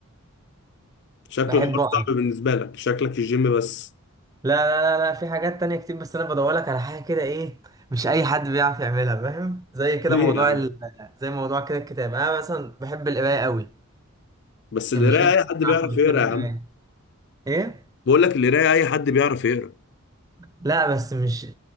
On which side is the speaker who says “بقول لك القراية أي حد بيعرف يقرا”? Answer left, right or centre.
Left